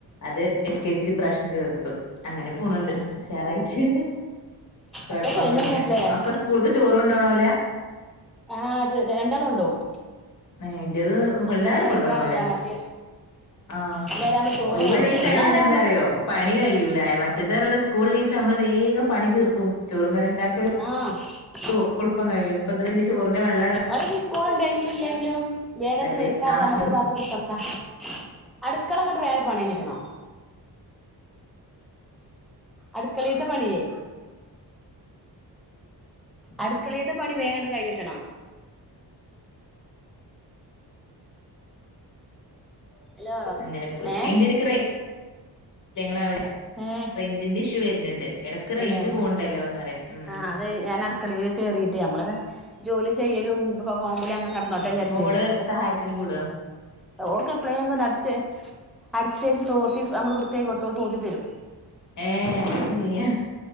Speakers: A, on the left; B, in the centre.
A: അത് എൽകെജില് ഇപ്രാശ്യം ചേർത്തും അങ്ങനെ പോന്ന്ണ്ട്
B: ആ
A: ഉഷാറായിട്ട് കൊഴപ്പൊന്നുല്ല്യ
B: ഒക്കെ സെയിം തന്നെല്ലേ
A: ഒക്കെ സ്കൂള്ക്ക് ചോറ് കൊണ്ടോണോ
B: ആഹ് ചെ രണ്ടാള് കൊണ്ടോവും
A: ഏഹ് ഇന്റെത്
B: അപ്പൊ
A: എല്ലാരും
B: ഇന്നലെ
A: കൊണ്ടോണോലാ
B: ഒഴിവാണല്ലോ മറ്റേ
A: ആഹ്
B: ഇന്നേരാവുമ്പോ ചോറും
A: ഒഴിവ്ള്ള ദിസായോണ്ട്
B: ഇന്നാരാവുമ്പോ
A: എന്താറ്യോ പണി കയ്യൂല മറ്റത് പറഞ്ഞാല് സ്കൂള് ഇള്ളീസം നമ്മള് വേഗം പണി തീർക്കും ചോറും കറിം ഇണ്ടാക്കലും
B: ആഹ്
A: <unintelligible> കഴിയും പത്ത് മിനിറ്റ് ചോറിന്റെ വെള്ളം അവടെ
B: അത്ഞ്ഞ് സ്കൂള്ണ്ടെങ്കിലും ഇല്ലെങ്കിലും വേഗം തീർത്താണ്ട്
A: വെച്ച് ആക്കിന്നു
B: നമുക്കൊരു ഭാത്ത് കുത്തർക്കാം അട്ക്കള ഇങ്ങട്ട് വേഗം പണി കയിഞ്ഞ്ട്ടണം അട്ക്കളീത്തെ പണിയേ അട്ക്കളീത്തെ പണി വേം ഇങ്ങട്ട് കഴിഞ്ഞ് കിട്ടണം ഹലോ
A: അങ്ങനെ പോയി
B: ഏഹ്
A: അയ്ന്റെടക്ക് റേയ് <inaudible> ഇങ്ങളെ അവിടെ
B: ഏഹ്
A: റേഞ്ചിന്റെ ഇഷ്യൂ വര്ന്ണ്ട് എടക്ക്
B: തന്നെ
A: റേഞ്ച് പോവ്ണ്ടല്ലോന്ന് പറയ ഉം
B: ആഹ് അത് ഞാൻ അട്ക്കളേല് കേറീട്ടെ നമ്മള് ജോലി ചെയ്യലും ഫോം വിലിം അങ്ങനെ ന ടന്നോട്ടെ
A: ഉം
B: വിചാരിച്ചേ
A: മോള് സഹായത്തിന് കൂടോ
B: ഓക്ക് എപ്പളേക്കൊന്ന് അടിച്ചേ അടിച്ചേരി തോത്തി നമ്മള് വൃത്തിയാക്കി കൊട്ത്താ ഓള് തോത്തി തരും
A: ഏഹ് അങ്ങനെ ചെയ്യാ